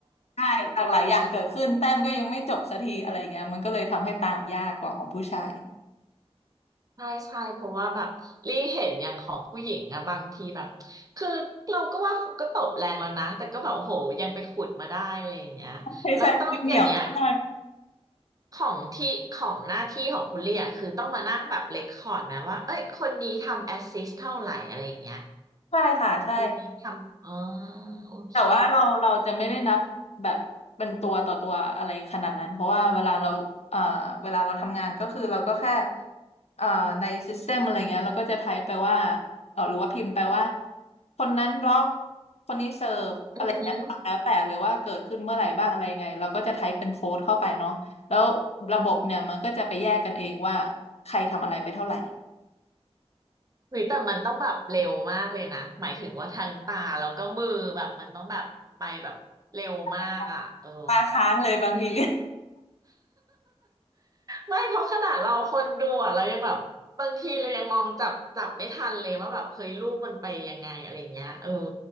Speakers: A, on the left (about 75°); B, on the right (about 35°).
A: ใช่หลากหลายอย่างเกิดขึ้นแต้มก็ยังไม่จบสักทีอะไรเงี้ยมันก็เลยทำให้ตามยากกว่าของผู้ชาย
B: ใช่ใช่เพราะว่าแบบรีเห็นอย่างของผู้หญิงอะบางทีแบบคือเราก็ว่าเขาก็ตบแรงแล้วนะ แต่ก็แบบโอ้โหยังไปขุดมาได้อะไรอย่างเงี้ยแล้วต้องอย่างเงี้ย
A: <laughs> ใช่ใช่คือเหนียวมาก
B: ของที่ของหน้าที่ของคุณเรียคือต้องมานั่งแบบเรคคอร์ดไหมว่าเอ้ยคนนี้ทำแอสซิสเท่าไหร่อะไรอย่างเงี้ย
A: ใช่ค่ะใช่
B: คนนี้ทำอ๋อโอเค
A: แต่ว่าเราเราจะไม่ได้นับแบบเป็นตัวต่อตัวอะไรขนาดนั้นเพราะว่าเวลาเราเอ่อเวลาเราทำงานก็คือเราก็แค่เอ่อในซิสเต็มอะไรเงี้ยเราก็จะไทป์ไปว่าเออหรือว่าพิมพ์ไปว่าคนนั้นบล็อกคนนี้เสิร์ฟอะไรเงี้ยค่ะแล้วแต่เลยว่าเกิดขึ้นเมื่อไหร่บ้างอะไรยังไงเราก็จะไทป์เป็นโค้ดเข้าไปเนาะแล้วระบบเนี่ยมันก็จะไปแยกกันเองว่าใครทำอะไรไปเท่าไหร่
B: อือหือหรือแต่มันต้องแบบเร็วมากเลยนะหมายถึงว่าทางตาแล้วก็มือแบบมันต้องแบบไปแบบเร็วมากอ่ะเออ
A: <laughs> ตาค้างเลยบางที
B: ไม่เพราะขนาดเราคนดูอ่ะเรายังแบบบางทีเรายังมองจับจับไม่ทันเลยว่าแบบเฮ้ยลูกมันไปยังไงอะไรเงี้ยเออ